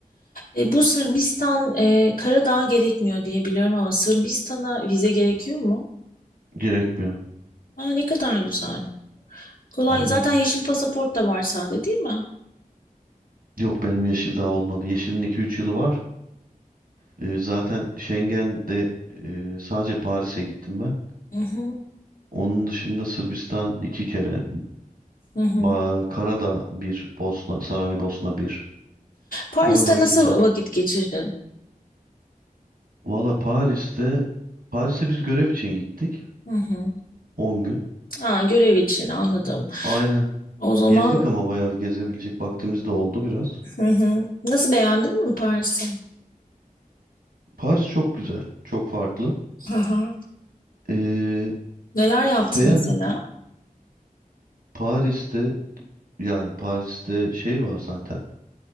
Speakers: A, on the left; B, on the right.
A: E, bu Sırbistan, e, Karadağ gerekmiyor diye biliyorum ama Sırbistan'a vize gerekiyor mu?
B: Gerekmiyor.
A: Aa, ne kadar güzel. Kolay.
B: Aynen.
A: Zaten yeşil pasaport da var sende değil mi?
B: Yok benim Yeşil daha olmadı. Yeşil'in iki üç yılı var. E, zaten Schengen'de e, sadece Paris'e gittim ben.
A: Hı hı.
B: Onun dışında Sırbistan iki kere.
A: Hı hı.
B: Ba Karadağ bir, Bosna, Saraybosna bir.
A: Paris'te
B: Oralara gittim.
A: nasıl vakit geçirdin?
B: Valla Paris'te, Paris'e biz görev için gittik.
A: Hı hı.
B: on gün.
A: Aa, görev için anladım.
B: Aynen.
A: O zaman
B: Gezdik ama bayağı da gezebilecek vaktimiz de oldu biraz.
A: hı hı. Nasıl beğendin mi Paris'i?
B: Paris çok güzel, çok farklı.
A: Hı hı.
B: Ee,
A: Neler yaptın
B: beğendim.
A: mesela?
B: Paris'te yani Paris'te şey var zaten.